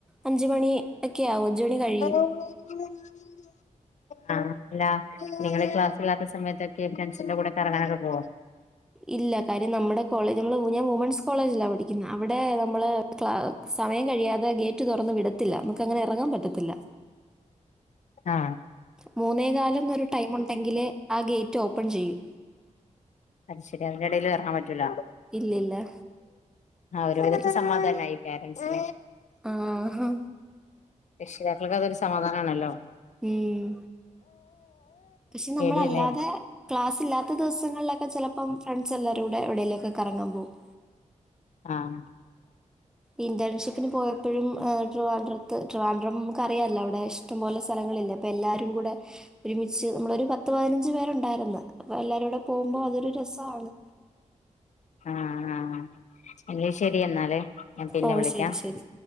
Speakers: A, in the centre; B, on the left.
A: അഞ്ച് മണി ഒക്കെയ ആവും അഞ്ച് മണി കഴിയും
B: <inaudible> ആഹ് അല്ല നിങ്ങൾ ക്ലാസ് ഇല്ലാത്ത സമയത്തൊക്കെ ഫ്രണ്ട്സിന്റെ കൂടെ കറങ്ങാൻ ഒക്കെ പോവോ
A: ഇല്ല കാര്യം നമ്മുടെ കോളജ് നമ്മള് ഊ ഞാ വുമൻസ് കോളേജിലാണ് പഠിക്കുന്നത് അവിടെ നമ്മള് സമയം കഴിയാതെ ഗേറ്റ് തുറന്ന് വിടു പറ്റത്തില്ല നമക്ക് അങ്ങനെ ഇറങ്ങാൻ പറ്റത്തില്ല
B: ആ
A: മുന്നാ കാല് ഒരു ടൈമ ഉണ്ടെങ്കില് ആ ഗേറ്റ് ഓപ്പണ് ചെയ്യൂ
B: അത് ശരി അതിന്റെടയിൽ ഇറങ്ങാൻ പറ്റൂല
A: ഇല്ലില്ല
B: ആ ഒരു വിധത്തെ
A: പി
B: സമാധാനമായി പോരൻറ്സി
A: ആഹാ.
B: രക്ഷിതാക്കൾക്ക് അതൊരു സമാധാനമാണല്ലോ
A: മം പക്ഷെ നമ്മളല്ലാതെ
B: പേടിയല്ലേ
A: ക്ലാസ് ഇല്ലാത്ത ദിവസങ്ങളിലൊക്കെ ചിലപ്പോം ഫ്രണ്ട്സ് എല്ലരും കൂടെ എവിടേലേക്കെ കറങ്ങാൻ പോകും
B: ആഹ്
A: ഇന്റേൺഷിപ്പിന് പോയപ്പഴും ട്രിവാൻഡ്രത്ത് ട്രിവാഡ്രം നമുക്ക് അറിയാല അവിടെ ഛ് ഇഷ്ടംപലെ സ്ഥലങ്ങളില്ലെഅപ്പ എല്ലാരും കുടെ ഒരുമിച്ച് പത്ത് പതിന ഞ്ച്പേരുണ്ടായിര്ന്ന് അപ്പ എല്ലാരും കൂടെ പോവുമ്പോ അതൊരു രസണ്
B: ആഹ ആഹ എല്ലെശരി എന്നാലേ ഞാൻ പിന്നെ
A: ഓശരി
B: വിളിക്കാം
A: ശരി